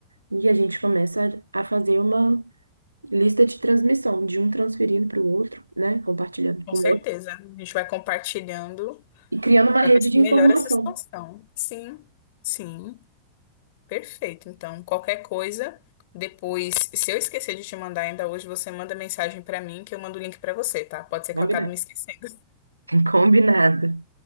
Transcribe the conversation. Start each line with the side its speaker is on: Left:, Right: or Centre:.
Right: e a gente começa a fazer uma lista de transmissão, de um transferindo para o outro, né? Compartilhando
Left: Com
Right: com
Left: certeza,
Right: o outro
Left: a gente vai compartilhando
Right: e criando uma
Left: para
Right: rede
Left: ver se
Right: de informação.
Left: melhora essa situação. Sim, sim, perfeito. Então, qualquer coisa, depois, se eu esquecer de te mandar ainda hoje, você manda mensagem para mim que eu mando o link para você, tá? Pode ser
Right: Combinado.
Left: que eu acabe me esquecendo. <laughs>
Right: <laughs> Combinado.